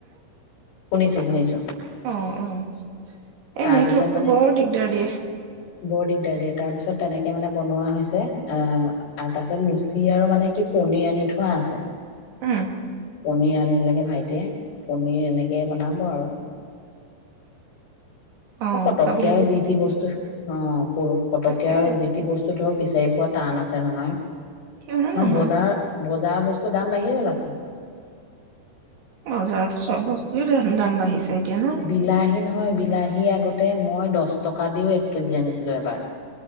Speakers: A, on the left; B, on the right.
A: শুনিছোঁ শুনিছোঁ
B: অ অ এই
A: তাৰপিছত
B: নেটৱৰ্কটো
A: মানে
B: বৰ দিগদাৰ দিয়ে
A: বৰ দিগদাৰ দিয়ে তাৰ পিছত তেনেকে মানে বনোৱা হৈছে আহ আৰু তাৰপিছত লুচি আৰু মানে কি পনিৰ আনি থোৱা আছে
B: উম
A: পনীৰ আনিলোগে ভাইটিয়ে পনীৰ এনেকৈ বনাব আৰু
B: অ',
A: পটকীয়া
B: কাবুলী বুট
A: জিতি বস্তু অম পটকীয়াাৰ
B: তাকে
A: যিি বস্তু ধৰক বিচাৰি পোৱা টান আছে জনহ
B: কিয়নো নহয়
A: ন বজাৰ বজ যা বস্তুৰ দাম বাঢ়ি লাব
B: বজাৰত চব বস্তু দাম বাঢ়িছে এতিয়া ন
A: বিলাহী নহয় বিলাহী আগতে তে মই দহ টকা দিও এক কেজি আনিছিলোঁ এবাৰ